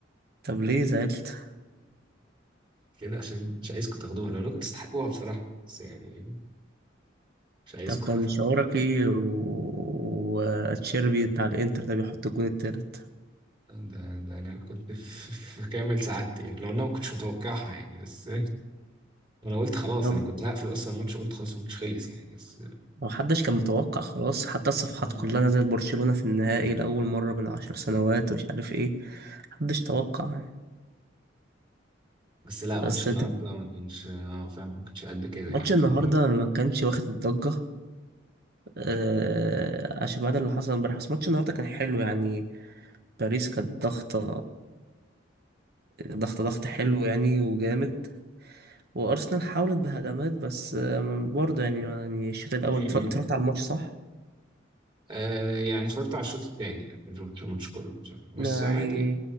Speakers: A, on the right; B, on the right.
A: طب ليه زعلت
B: كده عشان مش عايزكم تاخدوها لو كنتوا تستحقوها بصراحة بس يعني مش عايزكم
A: طب كان
B: تاخدوها
A: شعورك ايه و- وتشيربي بتاع الانتر ده بيحط الجون التالت
B: ده ده انا كنت في, في كامل سعادتي يعني لو انا ما كنتش متوقعها يعني بس انا قلت خلاص
A: طب
B: انا كنت هقفل اصلا الماتش قلت خلاص الماتش خلص يعني بس
A: محدش كان متوقع خلاص حتى الصفحات
B: مم.
A: كلها نزلت برشلونة في النهائي لأول مرة من عشر سنوات ومش عارف ايه محدش توقع يعني
B: بس لا ماتش
A: بس ت-
B: النهارده ما كانش اه فعلا ما كانش قد كده
A: ماتش
B: يعني
A: النهاردة
B: هو
A: ما كانش واخد الضجة آه عشان بعد اللي حصل امبارح بس ماتش النهاردة كان حلو يعني باريس كانت ضغطة ضغطة ضغط حلو يعني وجامد وارسنال حاولت بهجمات بس آه، برضه يعني يعني الشوط الاول
B: مم.
A: اتف- اتفرجت على الماتش صح
B: آه يعني اتفرجت على الشوط الثاني يعني مش شفت الماتش كله بصراحة. بس
A: يعني
B: عادي يعني.